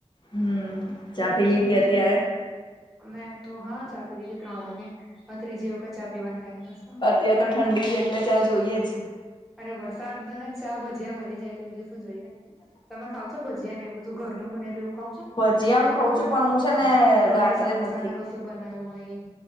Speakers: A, on the left; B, in the centre.
A: હમ ચા
B: ડાયજેશન
A: પી લીધી
B: ન
A: અત્યારે.
B: તો મેં તો હા ચાપી દીધી ત્રણ વાગે. હવે ત્રીજી વખત ચા પીવાન ટાઈમ થશે.
A: અત્યાર તો
B: મતલબ
A: ઠંડી છે એટલે ચા જોઈએ જ
B: અરે વરસાદને ચા ભજીયા મળી જાય તો બીજું શું જોઈએ. તમે ખાવ છો ભજી જ્યાં ને એવુ બધુ ઘરનું બનેલું એવું ખાવ છો?
A: જ્યાં
B: લાઈક
A: હું ખઉં
B: તમે
A: છું પણ હું છે ને
B: ઘરે
A: રાત્રે
B: સમોસા
A: નથી.
B: કે કશું બનાવ્યું હોય